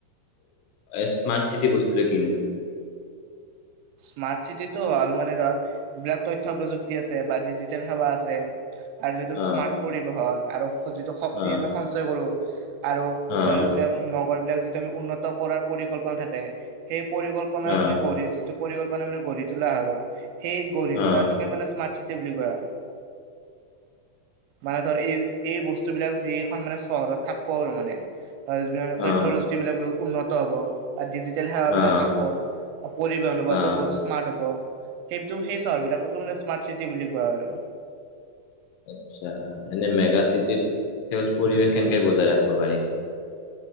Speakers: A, on the left; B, on the right.
A: অ স্মাৰ্ট চিটি বস্তুটো কিনো
B: স্মাৰ্ট চিটিটো হ'ল মানে ধৰ যিবিলাক তথ্য প্ৰযুক্তি আছে বা ডিজিটেল সেৱা আছে আৰু যিটো
A: অ',
B: স্মাৰ্ট পৰিবহন আৰু যিটো শক্তি
A: অ',
B: আমি সঞ্চয় কৰো আৰু
A: অ',
B: ধৰিক যতিটো নগৰবিলাক যিটো আমি উন্নত কৰাৰ পৰিকল্পনা থাকে সেই পৰিকল্পনা
A: অ',
B: মানে গঢ়ি যিটো পৰিকল্পনা মানে গঢ়ি তোলা আৰু সেই গঢ়ি
A: অ',
B: তোলাটোকে মানে স্মাৰ্ট চিটি স্মাৰ্ট চিটি বুলি কোৱা মানে ধৰ এই এই বস্তুবিলাক যি মানে চহৰত থাকিব আৰু মানে আৰু তথ্য
A: অ',
B: প্ৰযুতি বিলাক বহুত উন্নত হ'ব ডিজিটেল সেৱা
A: অ',
B: বিলাক থাকব পৰিবহন ব্যৱস্থা
A: অ',
B: টো বহুত স্মাৰট সেইটো সেই চহৰ বিলাককো মানে স্মাৰ্ট চিটি বুলি কোৱা হয় আৰু
A: আচ্ছা এনে মেগা চিটিৰ সেউজ পৰিৱেশ কেনকে বজাই ৰাখিব পাৰি